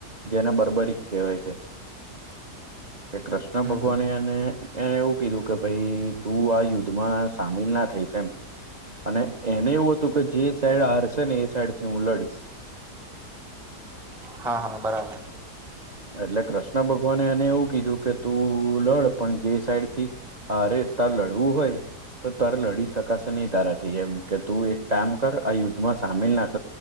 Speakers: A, on the right; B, in the centre.
A: જેને બર્બરી કેવાય છે, કે કૃષ્ણ
B: હમ
A: ભગવાને
B: હમ
A: એને એને એવું કીધું કે ભાઈ તું આ યુદ્ધમાં સામેલ ના થઈશ એમ અને એને એવું હતું કે જે સાઈડ હારશે ને એ સાઈડથી હું લડીશ.
B: હા હા બરાબર.
A: એટલે કૃષ્ણ ભગવાને એને એવું કીધું કે તું લડ પણ જે સાઈડથી અરે તારે લડવું હોય. તો તારે લડી શકાશે નહીં તારાથી એમ કે તું એક કામ કર આ યુદ્ધમાં સામેલ નાત